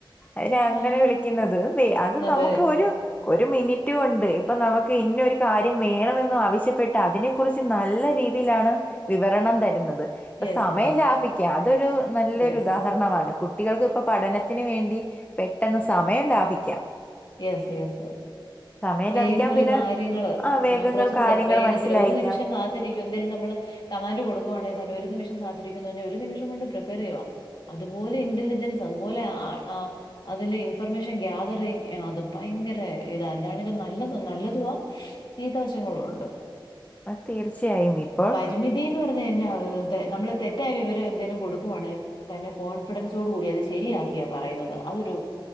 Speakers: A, on the left (about 20°); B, on the left (about 60°).
A: അയ്ന അങ്ങനെ
B: ആഹ്
A: വിളിക്കുന്നത് വേ അത്
B: അതെ
A: നമ്മ്ക്ക് ഒരു ഒരു മിനി റ്റും ഉണ്ട് ഇപ്പൊ നമുക്ക് ഇന്നൊരു കാര്യം വേണമെന്ന ആവശ്യപ്പെട്ട് അതിനെ കുറിച്ച് നല്ല രീതിയിലാണ് വിവരണം തരുന്നത് ഇപ്പ
B: യെസ്
A: സമയം
B: യെസ്
A: ലാഭിക്ക അതൊരു നല്ലൊരു
B: യെസ്
A: ഉദാഹരണമാണ്. കുട്ടികൾക്ക് ഇപ്പൊ പഠനത്തിന് വേണ്ടി പെട്ടെന്ന് സമയം ലാഭിക്കാം
B: യസ്സ് യസ്സ്
A: സമയം
B: വേഗത്തില്
A: ലാഭിക്കാം പിന്നെ
B: കാര്യങ്ങള്
A: ആ വേഗങ്ങൾ
B: ഇന്ന പ്രോസസ്സ്
A: കാര്യങ്ങൾ
B: വേഗത്തില്
A: മനസ്സിലായിക്കാം
B: ഒരു നിമിഷം കാത്തിരിക്കും എന്തേലും നമ്മള് കമാന്റ് കൊടുക്കുവാണേ തന്നെ ഒരു നിമി ഷം കാത്തിരിക്കുന്നതന്നെ ഒരു നിമിഷം കൊണ്ട് പ്രിപ്പയർ ചെയ്യുവാ അതുപോലെ ഇന്റലിജൻസ് അതുപോലെ ആ ആ അതില് ഇൻഫർമേഷൻ ഗ്യാതറിങ് അത് ഭയങ്കര ഇതാ എന്താ നല്ലത് നല്ലതുവാ ചീത്തവശങ്ങളും ഉണ്ട്
A: ആ, തീർച്ചയായും ഇപ്പോൾ
B: പരിമിതീന്ന് പറഞ്ഞ എന്നാ അത്? നമ്മള് തെറ്റായ വിവരം എന്തേലും കൊടുക്കുവാണേൽ തന്നെ കോൺഫിഡൻസോടു കൂടി അത് ശരിയാക്കിയാ പറയുന്നത്. അതൊരു